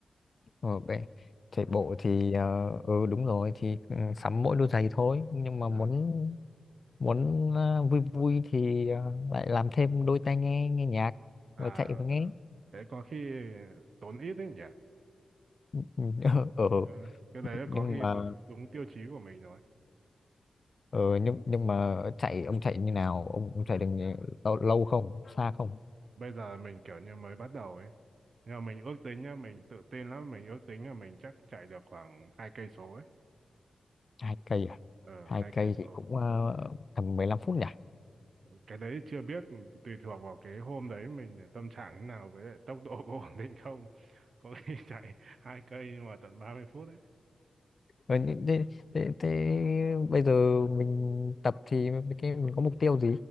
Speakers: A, on the left; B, on the right.
A: Ờ, về chạy bộ thì ờ, ừ đúng rồi thì ừ, sắm mỗi đôi giày thôi nhưng mà
B: Ờ,
A: muốn muốn ờ, vui vui thì ờ, lại làm thêm đôi tai nghe nghe nhạc
B: à
A: và chạy
B: ờ
A: và nghe
B: ờ. thế có khi tốn ít đấy nhỉ
A: ừ, <laughs> ừ.
B: ờ cái đấy là
A: nhưng
B: có khi
A: mà
B: đúng, đúng tiêu chí của mình rồi
A: ừ, nhưng nhưng mà chạy ông chạy như nào ông, ông chạy được ờ, lâu, lâu không xa không
B: bây giờ mình kiểu như mới bắt đầu ấy nhưng mà mình ước tính nhá mình tự tin lắm mình ước tính là mình chắc chạy được khoảng hai cây số ấy
A: hai cây à
B: ờ
A: hai
B: hai
A: cây
B: cây số
A: thì cũng uh, tầm 15 phút nhỉ
B: cái đấy chưa biết tùy thuộc vào cái hôm đấy mình tâm trạng thế nào với lại tốc độ có <laughs> ổn định không có khi <laughs> chạy hai cây nhưng mà tận ba mươi phút
A: thế, thế, thế, thế bây giờ mình tập thì mình, cái mình có mục tiêu gì